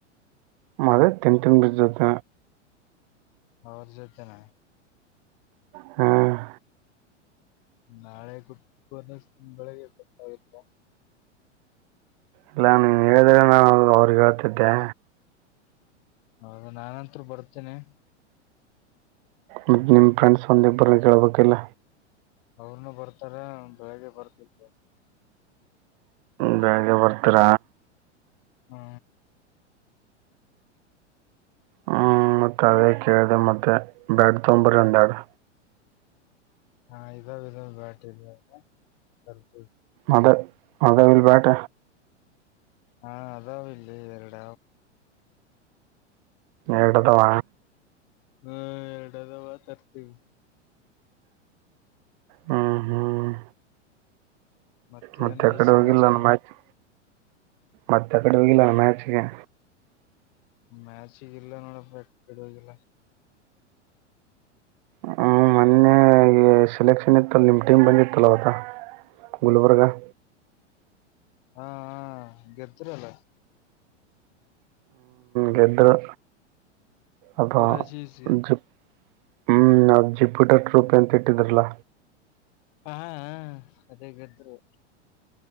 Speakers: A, on the right; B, on the left.
A: ಮದ ತಿನ್ ತಿನ್ ಬೀಜ ಜತ್ತ
B: ಅವ್ರ ಜೊತೆನ
A: ಹ್ಮ್
B: ನಾಳೆ ಗುಟ್ಟಾದಷ್ಟು ಬೆಳಿಗ್ಗೆ ಗೊತ್ತಾಗುತ್ತಾ
A: ಪ್ಲಾನ್ ನೀನ್ ಹೇಳಿದ್ರೆ ನಾನು ಅವ್ರಿಗೆ ಹೇಳ್ತಿದ್ಯಾ
B: ಹೌದ ನಾನಂತರು ಬರ್ತೀನಿ
A: ಮತ್ತೆ ನಿಮ್ಮ ಫ್ರೆಂಡ್ಸ್ ಒಂದಿಬ್ರನ್ನ ಕೇಳ್ಬೇಕಿಲ್ಲ
B: ಅವ್ರನು ಬರ್ತಾರ ಬೆಳಿಗ್ಗೆ ಬರ್ತಿತ್ತು
A: ಬೆಳಗ್ಗೆ ಬರ್ತರ
B: ಹಾ
A: ಹ್ಮ್ ಮತ್ತ ಅದೇ ಕೇಳಿದೆ ಮತ್ತೆ ಬ್ಯಾಡ್ ತೊಂಬರಿ ಅಂಗಾದ್ರ
B: ಹಾ ಇದ ಬ್ಯಾಟ ಅದ ಬರ್ತೀವಿ
A: ಅದ ಅದೇ ಬ್ಯಾಟ
B: ಹಾ ಅದಾವ್ ಇಲ್ಲಿ ಎರಡ
A: ಎರಡ ಅದಾವ
B: ಹ್ಮ ಎರಡದವಾ ತರ್ತೀವಿ
A: ಹ್ಮ ಹ್ಮ್
B: ಮತ್ತೇನ್
A: ಮತ್ತೆ
B: ನಡ
A: ಕಡೆ
B: ಸಮಾಚಾರ
A: ಹೋಗಿಲ್ಲಾನ ಮಾಹತಿ ಮತ್ತೆ ಅ ಕಡೆ ಹೋಗಿಲ್ಲ ಮ್ಯಾಚ್ಗೆ
B: ಮ್ಯಾಚಿಗ ಇಲ್ಲ ನೋಡ ಕೆಡುವವಾಗಿಲ್ಲ
A: ಹ್ಮ ಮೊನ್ನೆ ಸೆಲೆಕ್ಷನ್ ಇತ್ತ ನಿಮ ಟೀಮ್ ಬಂದಿತ್ತಲ್ಲ ಅವತ ಗುಲ್ಬರ್ಗ ಹಾ
B: ಹಾ ಹ ಗೆದ್ದರಲ್ಲ
A: ಗದ್ದ್ರು ಅದು
B: ಯುವರಾಜ್ ಈಸಿ
A: ಜಪ್ ಹ್ಮ್ ಅ ಜಿಪ್ಯೂಟರ್ ಟ್ರೂಪ್ ಅಂತ ಇಟ್ಟಿದ್ರಲ್ಲ
B: ಹಾ ಅದೇಗಾದ್ರು